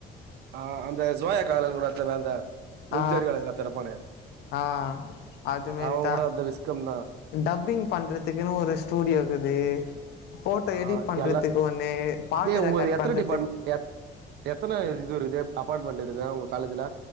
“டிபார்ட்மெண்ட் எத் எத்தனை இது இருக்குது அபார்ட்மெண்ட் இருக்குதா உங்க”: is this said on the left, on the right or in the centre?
Right